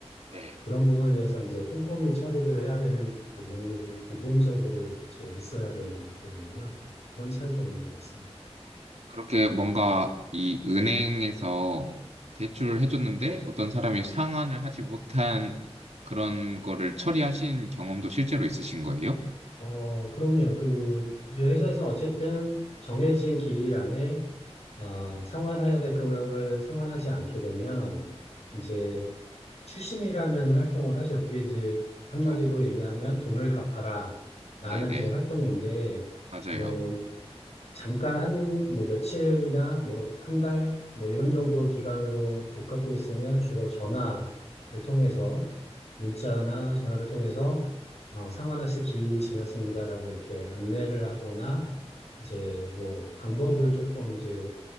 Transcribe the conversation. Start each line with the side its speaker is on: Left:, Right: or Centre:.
Right: 네.
Left: 그런 부분에 대해서 이제 꼼꼼히 처리를 해야 되는 부분이 기본적으로 이제 있어야 되는 부분이고요. 그런 차이가
Right: 어,
Left: 있는 것 같습니다.
Right: 그렇게 뭔가 이 은행에서 대출을 해줬는데 어떤 사람이 상환을 하지 못한 그런 거를 처리하신 경험도 실제로 있으신 거예요?
Left: 어, 그럼요. 그, 이제 회사에서는 어쨌든 정해진 기일 안에, 어, 상환해야 될 금액을 상환하지 않게 되면, 이제
Right: 네.
Left: 추심이라는 활동을 하죠. 그게 이제 한마디로
Right: 그렇죠.
Left: 얘기하면 돈을 갚아라. 라는
Right: 네네,
Left: 이제 활동인데,
Right: 맞아요.
Left: 뭐, 잠깐 한, 뭐, 며칠이나, 뭐, 한 달, 뭐, 이런 정도 기간으로 못 갖고 있으면 주로 전화를 통해서, 문자나 전화를 통해서, 어, 상환 하실 기일이 지났습니다라고 이렇게 안내를 하거나, 이제 뭐, 방법을 조금 이제